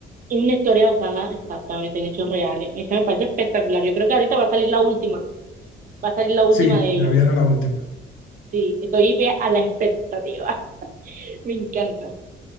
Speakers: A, on the right; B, on the left.
A: una historia basada exactamente en hechos reales. Esa me parece espectacular. Yo creo que ahorita va a salir la última, va a salir la última
B: Sí,
A: de
B: ya
A: ellos.
B: viene la última.
A: Sí, estoy bien a la expectativa. <laughs> Me encanta.